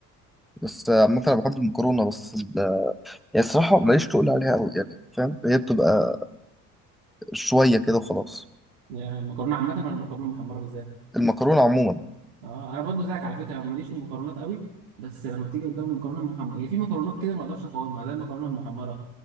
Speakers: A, in the centre; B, on the right.
A: بس عامة انا بحب المكرونه بس ال... يعني الصراحه ماليش تقول عليها قوي يعني فاهم هي بتبقى شويه كده وخلاص
B: يعني مكرونه عامه ولا مكرونه محمره بالذات
A: المكرونه عموما
B: اه انا برضو زيك على فكره ماليش في المكرونات قوي بس لما بتيجي قدام المكرونه المحمره هي في مكرونات كده ما اقدرش اقاومها زي المكرونه المحمره